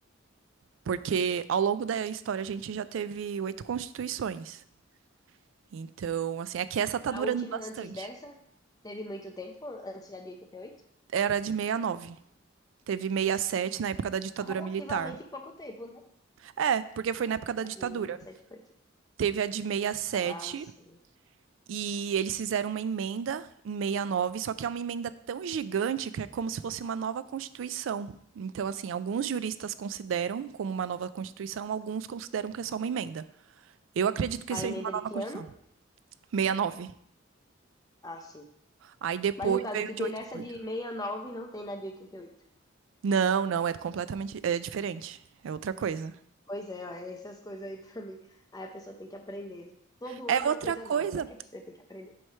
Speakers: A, on the right; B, on the left.
A: porque ao longo da história a gente já teve oito constituições. Então, assim, aqui essa tá
B: A
A: durando
B: última
A: bastante.
B: antes dessa, teve muito tempo, antes da de 88?
A: Era de 69. Teve 67 na época da ditadura
B: Relativamente
A: militar.
B: pouco tempo, né?
A: É, porque foi na época da
B: A
A: ditadura.
B: De 1988.
A: Teve a de 67
B: Ah, sim.
A: e sete e eles fizeram uma emenda em 69, só que é uma emenda tão gigante que é como se fosse uma nova constituição. Então, assim, alguns juristas consideram como uma nova constituição, alguns consideram que é só uma emenda. Eu acredito que
B: A
A: seja
B: emenda
A: uma nova
B: de que
A: Constituição.
B: ano?
A: sessenta e nove.
B: Ah, sim.
A: Aí depois
B: Mas no caso,
A: veio
B: o que
A: a
B: tem
A: de oitenta
B: nessa
A: e
B: de
A: oito.
B: 69 não tem na de 88.
A: Não, não, é completamente é diferente. É outra coisa.
B: Pois é, ó, essas coisas aí pra mim. Aí a pessoa tem que aprender. Todo
A: É
B: ano é
A: outra
B: uma coisa
A: coisa.
B: nova, né? Que você tem que aprender.